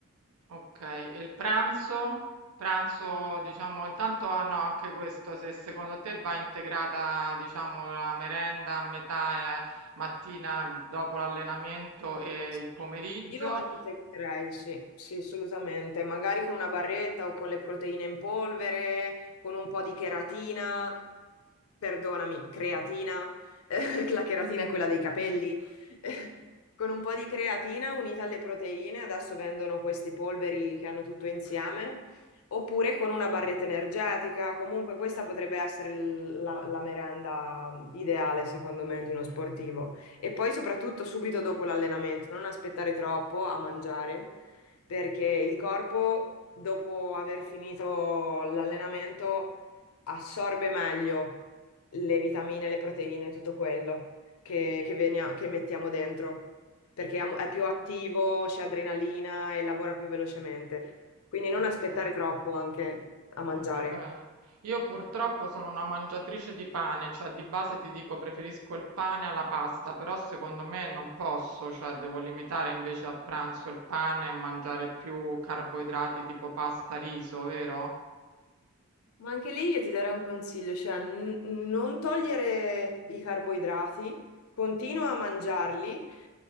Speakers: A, on the right (about 85°); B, on the left (about 75°).
A: okay. E il pranzo? Pranzo, diciamo, intanto hanno anche questo, se secondo te va integrata, diciamo, la merenda a metà, ehm, mattina dopo l'allenamento e
B: Sì,
A: il pomeriggio?
B: Io integrerei, sì, sì, assolutamente. Magari con una barretta o con le proteine in polvere, con un po' di cheratina, perdonami, creatina, <laughs> eh, la cheratina è quella dei capelli. <laughs> Con un po' di creatina unita alle proteine, adesso vendono questi polveri che hanno tutto insieme, oppure con una barretta energetica. Comunque questa potrebbe essere il- la la merenda mhmm, ideale, secondo me, di uno sportivo. E poi soprattutto subito dopo l'allenamento, non aspettare troppo a mangiare, perché il corpo,
A: Okay,
B: dopo aver finito l'allenamento, assorbe meglio le vitamine, le proteine, tutto quello che, che venia- che mettiamo dentro, perché
A: okay,
B: è, è più attivo, c'è adrenalina e lavora più velocemente. Quindi non
A: okay.
B: aspettare troppo anche a mangiare.
A: Okay. Io purtroppo sono una mangiatrice di pane, cioè di base ti dico preferisco il pane alla pasta, però secondo me non posso, cioè devo limitare invece a pranzo il pane e mangiare più carboidrati tipo pasta, riso, vero?
B: Ma anche lì io ti darei un consiglio, cioè n- non togliere i carboidrati, continua a mangiarli